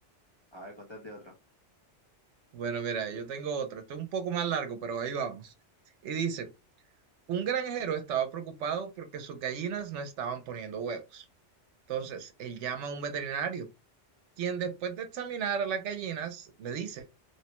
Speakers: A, on the left; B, on the right.
A: a ver, contate otro.
B: Bueno, mira, yo tengo otro. Esto es un poco más largo, pero ahí vamos. Y dice, un granjero estaba preocupado porque sus gallinas no estaban poniendo huevos. Entonces, él llama a un veterinario. quien después de examinar a las gallinas le dice,